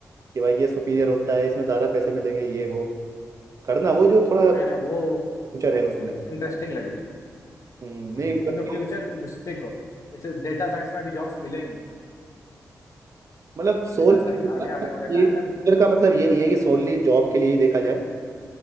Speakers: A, on the right (about 60°); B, on the left (about 60°).
A: कि भाई ये सुपीरियर होता है इसमें ज़्यादा पैसे मिलेंगे ये वो करना वो जो थोड़ा
B: नहीं नहीं वो
A: फ्यूचर है उसमें
B: इंटरेस्टिंग लगे
A: हम्म,
B: हाँ,
A: नहीं
B: जो
A: interest-
B: जो फ्यूचर रिस्ट्रिक्ट हो जैसे डेटा साइंस में अभी जॉब्स मिलेंगी
A: मतलब सोल
B: डेटा साइंस आगे आने वाले
A: ये
B: टाइम
A: फ्यूचर
B: में
A: का मतलब ये नहीं है कि सोनली जॉब के लिए ही देखा जाए